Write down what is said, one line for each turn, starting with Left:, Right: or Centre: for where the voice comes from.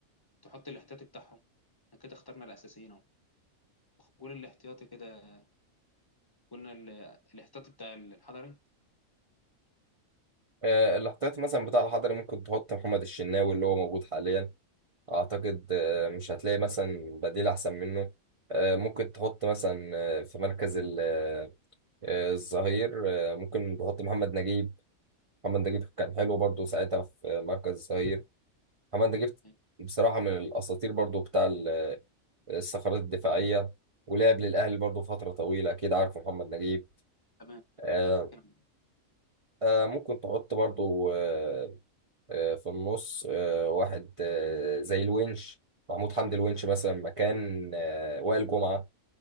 Left: تحط الاحتياطي بتاعهم احنا كده اخترنا الاساسيين اهو قول الاحتياطي كده قلنا ال- الاحتياطي بتاع الحضري
Right: آه الاحتياط مثلا بتاع الحضري ممكن تحط محمد الشناوي اللي هو موجود حاليا اعتقد آه مش هتلاقي مثلا بديل احسن منه آه ممكن تحط مثلا آه في مركز ال- آه، آه، الظهير آه، ممكن تحط محمد نجيب محمد نجيب كان حلو برضو ساعتها في مركز الظهير محمد نجيب
Left: يعني.
Right: بصراحة من الأساطير برضو بتاع ال- الصخرات الدفاعية ولعب للأهلي برضو فترة طويلة أكيد عارف محمد نجيب
Left: تمام
Right: آه
Left: كمل
Right: آه ممكن تحط برضو آه آه في النص آه واحد آه زي الونش محمود حمدي الونش مثلا مكان آه وائل جمعة